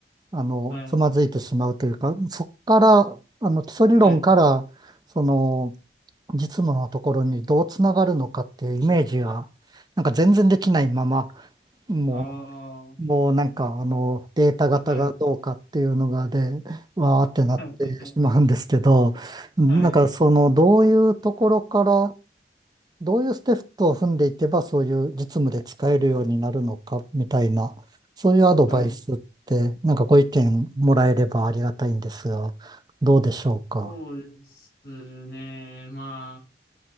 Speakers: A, on the right (about 25°); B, on the left (about 55°).
A: あの、
B: はい、
A: つまずいてしまうというか、そっから、あの、基礎理論から、
B: はい、
A: その、実務のところにどうつながるのかっていうイメージが、なんか全然できないまま、も
B: ああ、はい、
A: う、もうなんかあの、データ型がどうかっていうのがで、
B: はい、
A: わーってなってしまうんですけど、
B: はい、
A: なんかその、
B: はい、
A: どういうところから、どういうステップを踏んでいけば、そういう実務で使えるようになるのか、みたいな、そういうアドバイスって、
B: はい、
A: なんかご意見もらえればありがたいんですが、どうでしょうか。
B: そうですね。ま